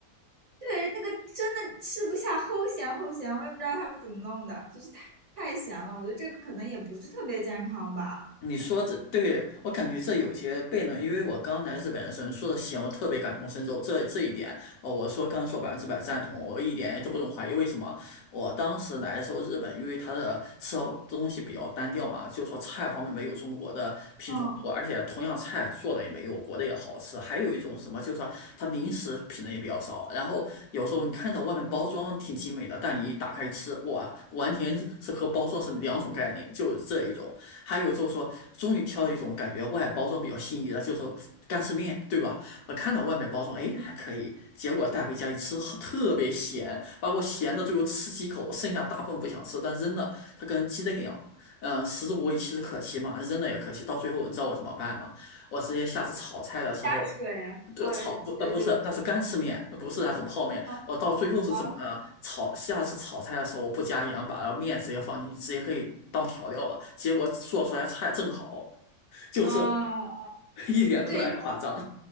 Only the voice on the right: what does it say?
对，那个真的吃不下，齁咸齁咸，我也不知道他们怎么弄的，就是太太咸了。我觉得这可能也不是特别健康吧。
嗯
嗯，
加水啊，
呃，呃，对对对，
嗯
啊。
啊，
对，因